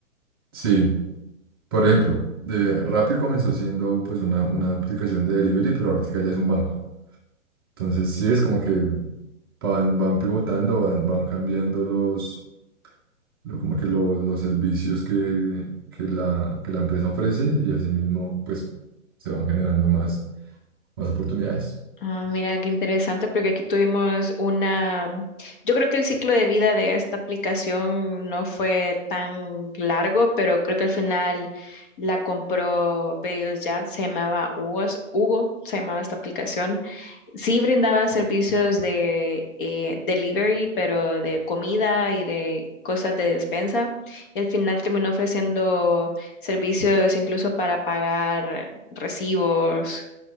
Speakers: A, on the right; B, on the left.
A: Sí, Por ejemplo, de Rappi comenzó siendo pues una, una aplicación de delivery, pero ahorita ya es un banco. Entonces sí es como que van, van pivotando, van, van cambiando los, lo- como que lo- los servicios que, que la, que la empresa ofrece y asimismo pues se van generando más, más oportunidades.
B: Ah, mira, qué interesante, porque aquí tuvimos una, yo creo que el ciclo de vida de esta aplicación no fue tan largo, pero creo que al final la compró Pedidos Ya, se llamaba Hugo, Hugo se llamaba esta aplicación. Sí brindaba servicios de eh, delivery, pero de comida y de cosas de despensa. Y al final terminó ofreciendo servicios incluso para pagar recibos